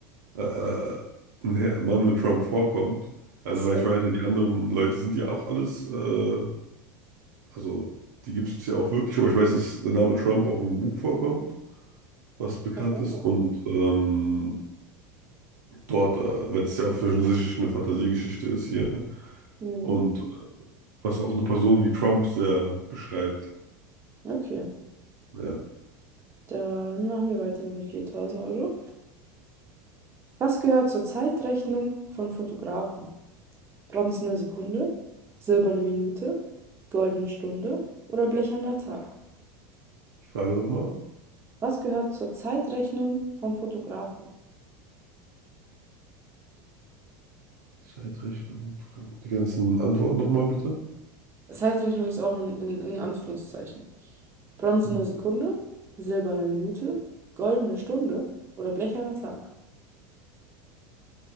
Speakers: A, on the right; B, on the right.
A: äh, äh, ein Herr- Mann mit Trump vorkommt. Also,
B: Ach so.
A: weil ich weiß ja, die anderen Leute sind ja auch alles, äh, also die gibt es ja auch wirklich, aber ich weiß, dass der Name Trump auch im Buch vorkommt, was bekannt
B: Ach ja.
A: ist. Und ähm, dort, äh, weil es ja auch offensichtlich eine Fantasiegeschichte ist hier.
B: Mhm.
A: Und äh, was auch eine Person wie Trump sehr beschreibt.
B: Okay.
A: Ja.
B: Dann machen wir weiter mit den 4000 Euro. Was gehört zur Zeitrechnung von Fotografen? Bronzene Sekunde, silberne Minute, goldene Stunde oder blecherner Tag?
A: Ich frage nochmal.
B: Was gehört zur Zeitrechnung von Fotografen?
A: Zeitrechnung und Grafik. Die ganzen Antworten nochmal bitte.
B: Zeitrechnung ist auch in, in, in Anführungszeichen. Bronzene
A: Hm?
B: Sekunde, silberne Minute, goldene Stunde oder blecherner Tag.